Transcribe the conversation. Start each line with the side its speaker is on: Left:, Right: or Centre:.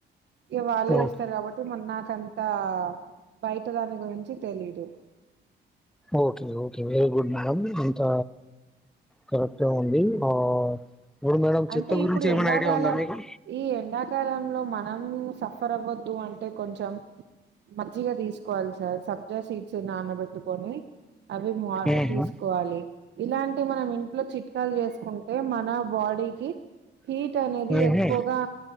Right: ఇక వాళ్ళు చేస్తారు
Centre: ఓకే
Right: కాబట్టి మ నాన్న నాకంత బయట దాని గురించి తెలీదు
Centre: okay okay very good madam అంత కరెక్ట్గా ఉంది ఆ ఇప్పుడు మేడం చెత్త
Right: అంటే
Centre: గురించి
Right: ఇప్పుడు
Centre: ఏమైనా
Right: ఎండాకాలం
Centre: ఐడియా ఉందా మీకు
Right: ఈ ఎండాకాలంలో మనం సఫర్ అవ్వద్దు అంటే కొంచెం మంచిగా తీస్క్ వాలి సార్ సబ్జా సీట్స్ నానబెట్టుకొని అవి మా
Centre: ఉహు
Right: తీసుకోవాలి ఇలాంట్ అంటే మనం ఇంట్లో చిట్కాలు చేసుకుంటే మ బాడీకి హీట్ అనేది
Centre: ఉహు
Right: ఎక్కువగా